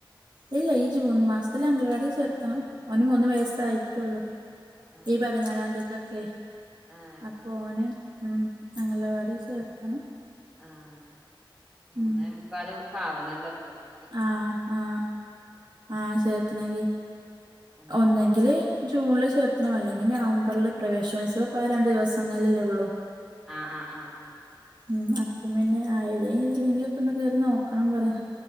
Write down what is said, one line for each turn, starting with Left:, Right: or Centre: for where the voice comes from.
Right: ഇല്ല ഈ ജൂൺ മാസ്ത്ത്ല് അഗലവാടി ചേർത്തണം ഓന് മൂന്ന് വയസ്സായിറ്റൊള്ളു
Centre: ആഹ്
Right: ഈ പതിനാലാംന്തിക്കെക്കെ
Centre: ആഹ്
Right: അപ്പോന്
Centre: ശരി
Right: ളം അംഗലവാടീ ചേർത്തണം
Centre: ആഹ് മൂന്നേ
Right: ഉം
Centre: മുക്കാലൊ ക്കാവണല്ലാെ പ്പത്
Right: ആഹ് ആഹ് ആഹ് ചേർത്തണെങ്കി
Centre: ആഹ്
Right: ഒന്നെങ്കില് ജൂൺല് ചേർത്തണം അല്ലെങ്കി ഞവംബർല് പ്രവേശനോത്സവപ്പാ രണ്ട് ദിവസങ്ങൾലല്ലെ ഒള്ളൂ
Centre: ആഹ് ആഹ് ആഹ് ആഹ്
Right: ഉം അപ്പം പിന്നെ ആയീലേ ഇതിലെങ്കി ഒക്കൊന്ന് കേറി നോക്കണം പറ്യാ